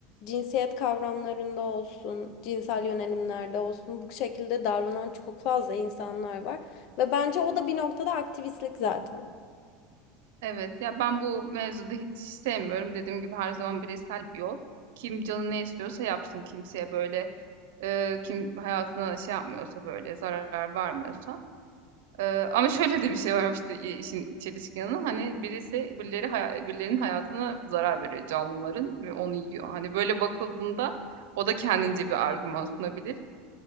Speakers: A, on the left; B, on the right.
A: cinsiyet kavramlarında olsun, cinsel yönelimlerde olsun bu şekilde davranan çok fazla insanlar var ve bence o da bir noktada aktivistlik zaten.
B: Evet ya ben bu mevzuda hiç sevmiyorum. Dediğim gibi her zaman bireysel bir yol. Kim canı ne istiyorsa yapsın kimseye böyle e, kim hayatına şey yapmıyorsa böyle zarar vermiyorsa. E, ama şöyle de bir şey var işte i- işin çelişki yanı hani birisi birileri haya- birilerinin hayatına zarar veriyor canlıların ve onu yiyor. Hani böyle bakıldığında o da kendince bir argüman sunabilir.